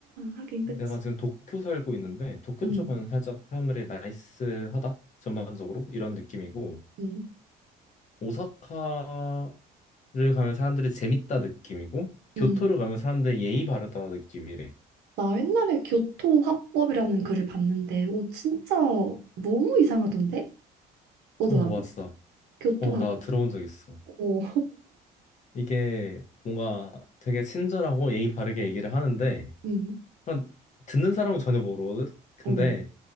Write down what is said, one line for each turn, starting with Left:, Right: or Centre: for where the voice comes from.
Right: 하긴
Left: 내가
Right: 그치.
Left: 지금 도쿄 살고 있는데 도쿄
Right: 음.
Left: 쪽은 살짝 사람들이 나이스하다 전반적으로 이런 느낌이고.
Right: 음.
Left: 오사카 를 가면 사람들이 재밌다 느낌이고 교토를
Right: 음.
Left: 가면 사람들이 예의 바르다 느낌이래.
Right: 나 옛날에 교토화법이라는 글을 봤는데 오 진짜 너무 이상하던데? 너도
Left: 어
Right: 알아?
Left: 맞아.
Right: 교토화법.
Left: 어 나 들어본 적 있어.
Right: 어.
Left: 이게 뭔가 되게 친절하고 예의 바르게 얘기를 하는데
Right: 음.
Left: 그냥 듣는 사람은 전혀 모르거든. 근데
Right: 어.